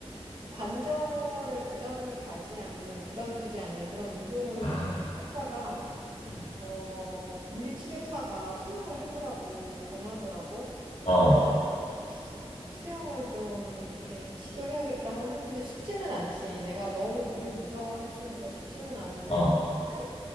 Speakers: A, on the right (about 50°); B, on the left (about 70°).
A: <laughs> 관절에 부담을 가지 않는, 부담 주지 않는 그런 운동을
B: 아,
A: 찾다가,
B: 음.
A: 어, 물리치료사가 수영을 해보라고 권하더라고.
B: 어,
A: 그래서 아, 수영을 좀 이렇게 시도해야겠다 하고 했는데 쉽지는 않지. 내가 너무 물을 무서워했으니까 쉽지는 않은데
B: 어.
A: 아직